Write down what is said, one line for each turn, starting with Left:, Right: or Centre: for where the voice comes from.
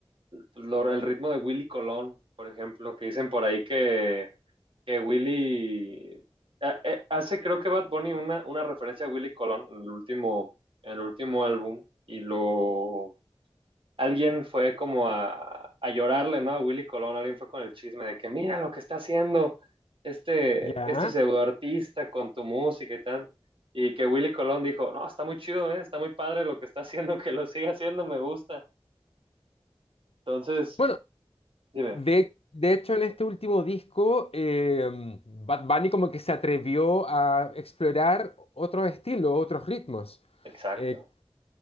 Right: pues, lo- el ritmo de Willy Colón, por ejemplo, que dicen por ahí que, que Willy a- eh, hace, creo que Bad Bunny una, una referencia a Willy Colón en el último, en el último álbum y lo alguien fue como a, a llorarle, ¿no? A Willy Colón, alguien fue con el chisme de que mira lo que está haciendo este,
Left: Ya.
Right: este pseudo artista con tu música y tal. Y que Willy Colón dijo, no, está muy chido, ¿eh? Está muy padre lo que está haciendo, <laughs> que lo siga haciendo, me gusta. Entonces,
Left: Bueno,
Right: dime.
Left: de, de hecho en este último disco, eh, Bad Bunny como que se atrevió a explorar otros estilos, otros ritmos.
Right: Exacto.
Left: Eh,